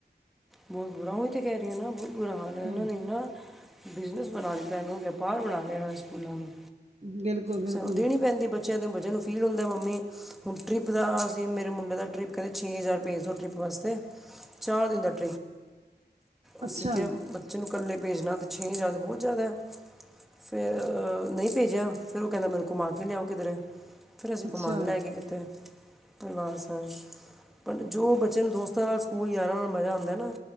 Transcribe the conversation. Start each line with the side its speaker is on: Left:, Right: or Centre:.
Centre: ਬੋਤ ਬੁਰਾ ਓ ਹੀ ਤੇ ਕਹਿ ਰਹੀ ਯਾਂ ਨਾ ਬਹੁਤ ਬੁਰਾ ਹਾਲ ਹੈ
Right: ਹਾਂ,
Centre: ਇਹਨਾਂ ਨੇ ਏਨਾ ਬਿਜ਼ਨਸ ਬਣਾ ਦਿੱਤਾ, ਵਪਾਰ ਬਣਾ ਲਿਆ, ਸਕੂਲਾਂ ਨੇ
Right: ਬਿਲਕੁਲ ਬਿਲਕੁਲ
Centre: ਸਾਨੂੰ ਦੇਣੀ ਪੈਂਦੀ ਬੱਚ ਬੱਚਿਆਂ ਨੂੰ ਵਜਨ ਫੀਲ ਹੋਂਦਾ ਮੰਮੀ। ਹੁਣ ਟ੍ਰਿਪ ਦਾ ਅਸੀਂ ਮੇਰੇ ਮੁੰਡੇ ਦਾ ਟਰ੍ਰਿਪ ਕਹਿੰਦੇ ਛੇ ਹਜ਼ਾਰ ਪੇਜ ਦੋ ਟਰਿਪ ਵਾਸਤੇ ਚਾਰ ਦਿਨ। '
Right: ਅੱਛਾ
Centre: ਅਸੀਂ ਕਯਾ ਬੱਚੇ ਨੂੰ ਕੱਲੇ ਪੇਜਣਾ ਤਾਂ ਛੇਂ ਹਜ਼ਾਰ ਤਾਂ ਬੋਤ ਜਾਦਾ ਅ। ਫੇਰ, ਨਹੀਂ ਪੇਜਆ ਫੇਰ ਓਹ ਕਹਿੰਦਾ ਮੈਨੂੰ ਕੁਮਾ ਕੇ ਲਿਆਓ ਕਿਧਰੇ। ਫੇਰ ਅਸੀਂ
Right: ਅੱਛਾ
Centre: ਕੁਮਾਨ ਲੈਗੇ ਕਿਤੇ। ਪਰਿਵਾਰ ਸਾਰਾ, ਜੋ ਬੱਚਆਂ ਨੂੰ ਦੋਸਤਾਂ ਨਾਲ ਸਕੂਲ ਯਾਰਾਂ ਨਾਲ ਮਜ਼ਾ ਆਂਦਾ